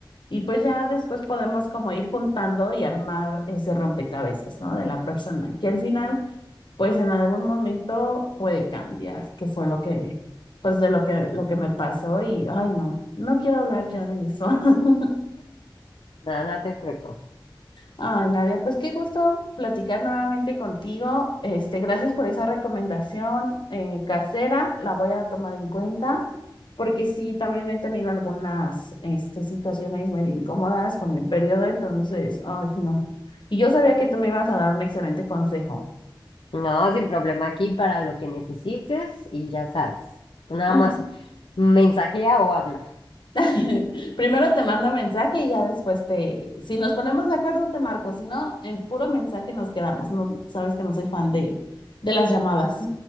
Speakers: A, on the left; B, on the left.
A: Y pues ya después podemos como ir juntando y armar ese rompecabezas, ¿no? De la persona, que al final, pues en algún momento puede cambiar, que fue lo que, pues de lo que, lo que me pasó y, ay, no, no quiero hablar ya de eso. <laughs>
B: Nada, no te preocupes.
A: Ay, Nadia, pues qué gusto platicar nuevamente contigo. Este, gracias por esa recomendación eh, casera, la voy a tomar en cuenta, porque sí, también he tenido algunas este, situaciones medio incómodas con mi periodo, entonces, ay, no. Y yo sabía que tú me ibas a dar un excelente consejo.
B: No, sin problema aquí para lo que necesites y ya sabes. Tú nada
A: Mm.
B: más mensajea o habla.
A: <laughs> Primero te mando mensaje y ya después te, si nos ponemos de acuerdo, te marco, si no, en puro mensaje nos quedamos. No, sabes que no soy fan de, de las llamadas.